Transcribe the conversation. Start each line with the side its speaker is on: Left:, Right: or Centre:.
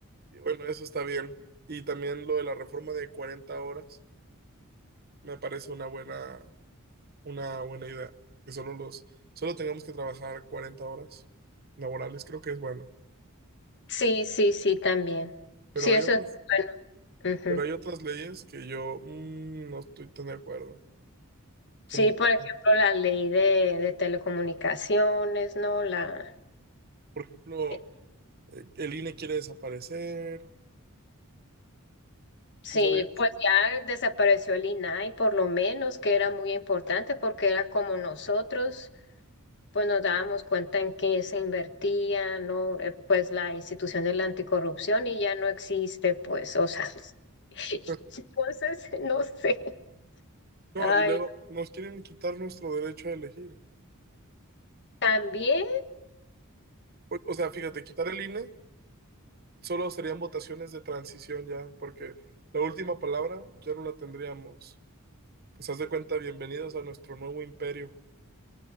Right: Y bueno, eso está bien. Y también lo de la reforma de 40 horas me parece una buena, una buena idea. Que solo los, solo tengamos que trabajar 40 horas laborales, creo que es bueno.
Left: Sí, sí, sí, también.
Right: Pero
Left: Sí,
Right: hay
Left: eso
Right: otras,
Left: es bueno. Ujú.
Right: pero hay otras leyes que yo mm, no estoy tan de acuerdo.
Left: Sí,
Right: Como por
Left: por ejemplo,
Right: ejemplo,
Left: la ley de, de telecomunicaciones, ¿no? La...
Right: por ejemplo,
Left: eh,
Right: eh, el INE quiere desaparecer.
Left: Sí,
Right: ¿sí sabías?
Left: pues ya desapareció el INAI, por lo menos, que era muy importante porque era como nosotros. pues nos dábamos cuenta en qué se invertía, ¿no? Eh, pues la institución de la anticorrupción y ya no existe, pues, o sea, <laughs>
Right: <laughs>
Left: entonces, no sé.
Right: No,
Left: Ay,
Right: y luego nos quieren quitar nuestro derecho a elegir.
Left: también,
Right: O, o sea, fíjate, quitar el INE Solo serían votaciones de transición ya, porque la última palabra ya no la tendríamos. Pues haz de cuenta, bienvenidos a nuestro nuevo imperio.